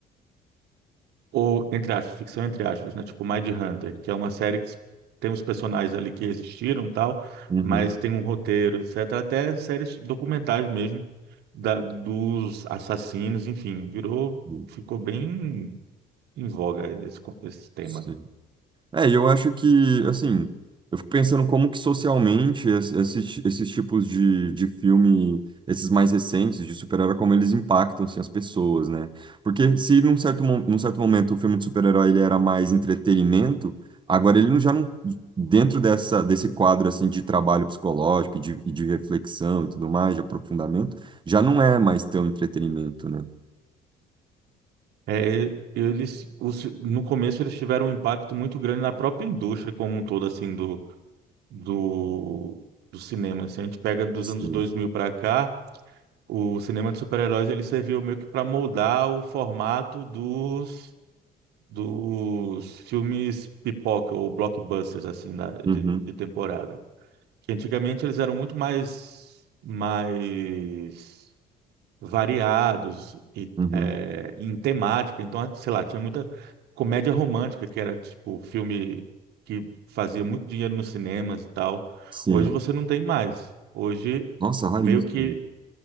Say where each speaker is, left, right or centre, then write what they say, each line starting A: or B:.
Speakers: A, on the right (about 75°); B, on the right (about 30°).
A: ou, entre aspas, ficção entre aspas, né? Tipo Mindhunter, que é uma série que tem os personagens ali que existiram e tal,
B: uhum.
A: mas tem um roteiro, etc. Até séries documentais mesmo da- dos assassinos, enfim, virou,
B: uhum.
A: ficou bem em voga esse, co- esse tema.
B: Sim. É, e eu acho que, assim, eu fico pensando como que socialmente es- esses, ti- esses tipos de, de filme, esses mais recentes de super-herói, como eles impactam, assim, as pessoas, né? Porque se num certo, mo- num certo momento o filme de super-herói ele era mais entretenimento, agora ele não- já não, dentro dessa, desse quadro, assim, de trabalho psicológico e de, e de reflexão e tudo mais, de aprofundamento, já não é mais tão entretenimento, né?
A: É, eles, os- no começo eles tiveram um impacto muito grande na própria indústria como um todo, assim, do, do, do cinema. Se a gente pega dos
B: Sim.
A: anos dois mil para cá, O cinema de super-heróis ele serviu meio que para moldar o formato dos, dos filmes pipoca ou blockbusters assim da- de,
B: Uhum,
A: de temporada. Que antigamente eles eram muito mais mais variados e
B: uhum,
A: é, em temática. Então, sei lá, tinha muita comédia romântica que era tipo filme que fazia muito dinheiro nos cinemas e tal.
B: sim.
A: Hoje você não tem mais. Hoje
B: Nossa, raríssimo.
A: meio que